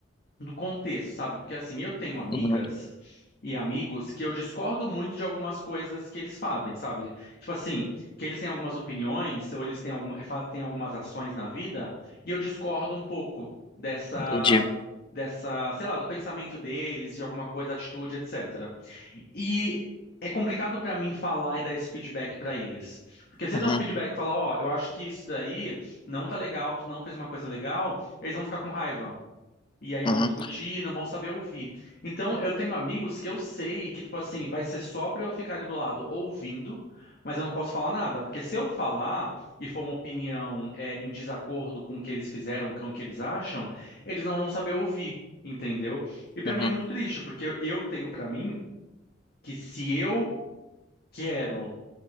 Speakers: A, on the left; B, on the left.
A: do contexto, sabe? Porque assim, eu tenho amigas
B: Uhum,
A: e amigos que eu discordo muito de algumas coisas que eles fazem, sabe? Tipo assim, que eles têm algumas opiniões, ou eles têm alguma, fa- têm algumas ações na vida, e eu discordo um pouco dessa
B: entendi.
A: dessa, sei lá, do pensamento deles, de alguma coisa, atitude, etc. E é complicado pra mim falar e dar esse feedback pra eles. Porque se eu
B: Uhum,
A: der um feedback e falar, ó, eu acho que isso daí não tá legal, tu não fez uma coisa legal, eles vão ficar com raiva. E aí vão
B: uhum,
A: discutir, não vão saber ouvir. Então, eu tenho amigos que eu sei que, tipo assim, vai ser só pra eu ficar ali do lado ouvindo, mas eu não posso falar nada. Porque se eu falar e for uma opinião é, em desacordo com o que eles fizeram, com o que eles acham, eles não vão saber ouvir, entendeu? E pra
B: uhum.
A: mim é muito triste, porque eu eu tenho pra mim que se eu quero.